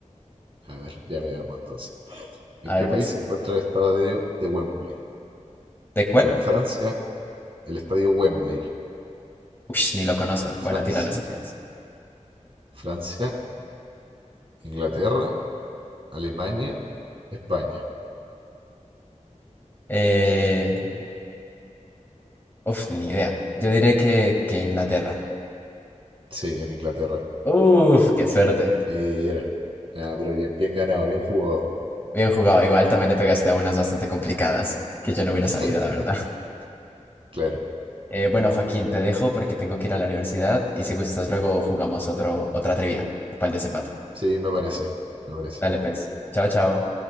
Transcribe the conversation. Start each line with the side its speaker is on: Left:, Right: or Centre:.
Right: a ver, ya veamos entonces. ¿En
Left: A
Right: qué
Left: ver,
Right: país
Left: pues.
Right: se encuentra el estadio de Wembley?
Left: ¿De cuál?
Right: En Francia, el estadio Wembley.
Left: Uy, ni lo conozco.
Right: En Francia,
Left: Bueno, tira las opciones.
Right: Francia, Inglaterra, Alemania, España.
Left: Eh... Uf, ni idea. Yo diré que, que Inglaterra.
Right: Sí, en Inglaterra.
Left: Uf, qué suerte.
Right: Eh, era. Ah, pero bien, bien ganado, bien jugado.
Left: Bien jugado. Igual también le pegaste a unas bastante complicadas que yo no hubiera
Right: <laughs>
Left: sabido, la verdad. <laughs>
Right: Claro.
Left: Eh, bueno, Joaquín, te dejo porque tengo que ir a la universidad y si gustas luego jugamos otro, otra trivia para el desempate.
Right: Sí, me parece, me parece.
Left: Dale, pues. Chao, chao.